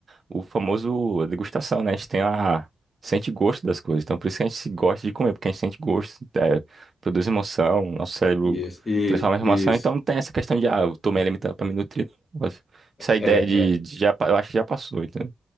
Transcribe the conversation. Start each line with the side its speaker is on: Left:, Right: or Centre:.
Right: o famoso degustação, né? A gente tem a, sente gosto das coisas. Então, por isso que a gente se gosta de comer, porque a gente sente gosto, é, produz emoção, nosso cérebro
Left: isso, isso,
Right: transforma em emoção.
Left: isso.
Right: Então, não tem essa questão de, ah, eu tomei alimentando para me nutrir. não. Mas Essa ideia
Left: É, é,
Right: de, de já, pa- eu acho que já passou, entendeu?